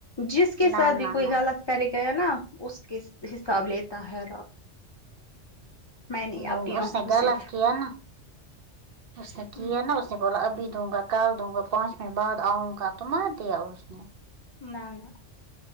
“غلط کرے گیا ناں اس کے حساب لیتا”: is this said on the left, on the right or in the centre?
Left